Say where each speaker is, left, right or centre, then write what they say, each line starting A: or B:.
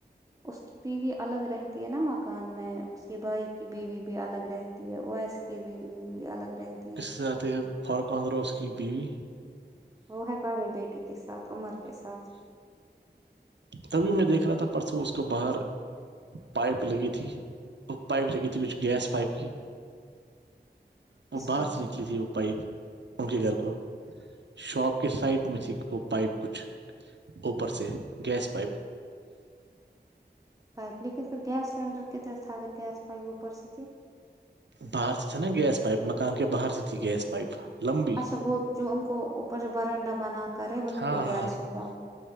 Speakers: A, on the right (about 20°); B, on the right (about 80°).
A: اس کی بیوی الگ رہتی ہے نا مکان میں اس کے بھائی کی بیوی بھی الگ رہتی ہے او ایس کی بیوی الگ رہتی ہے
B: جاتے فارقہدرا اس کی بیوی
A: وہ ہے پارے بیٹے کے ساتھ عمر کے ساتھ
B: تبھی میں دیکھ رہا تھا پرسوں اس کو باہر پائپ لگی تھی وہ پائپ لگی تھی کچھ گیس پائپ کی وہ
A: کس
B: باہر
A: کو
B: سے نکلی تھی وہ پائپ ان کے گھر کو شاپ کے سائڈ میں تھی وہ پائپ کچھ اوپر سے گیس پ پائپ
A: پائپ لیکن پھر گیس سلینڈر کی طرف سے اگر گیس پائ اوپرس
B: بہر سے چنا گیس پائپ مان کے بہر سے ت ہی گیس پائپ لمبی
A: اچھا وہ جو ان کو اوپر بنڈا بنا کر ہے وہیں
B: ہاں
A: پہ
B: ہاں
A: گیس ہوگا